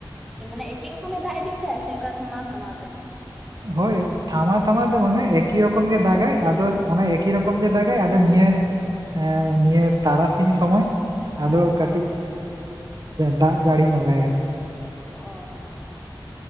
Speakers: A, in the centre; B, on the right.
A: ᱢᱟᱱᱮ ᱮᱠᱤ ᱨᱚᱠᱚᱢᱮ ᱫᱟᱜ ᱤᱫᱤᱭ ᱫᱟᱭ ᱥᱮ ᱚᱱᱠᱟ ᱛᱷᱟᱢᱟᱣ ᱛᱷᱟᱢᱟᱟᱣ ᱛᱮ
B: ᱦᱳᱭ ᱛᱷᱟᱢᱟᱣ ᱛᱷᱟᱢᱟᱣ ᱫᱚ ᱵᱟᱝᱟ ᱮᱠᱤ ᱨᱚᱠᱚᱢ ᱜᱮ ᱫᱟᱜᱟᱭ ᱟᱫᱚ ᱚᱱᱟ ᱮᱠᱤ ᱨᱚᱠᱚᱢ ᱜᱮ ᱫᱟᱜᱟᱭ ᱟᱫᱚ ᱱᱤᱭᱟᱹ ᱦᱮᱸ ᱱᱤᱭᱟᱹ ᱛᱟᱨᱟᱥᱤᱧ ᱥᱚᱢᱚᱭ ᱟᱫᱚ
A: ᱦᱮᱸ
B: ᱠᱟᱹᱴᱤᱡ ᱫᱟᱜ ᱡᱟᱹᱲᱤ ᱧᱚᱜᱟᱭ ᱟᱨ ᱪᱮᱫ
A: ᱚᱻ ᱚᱻ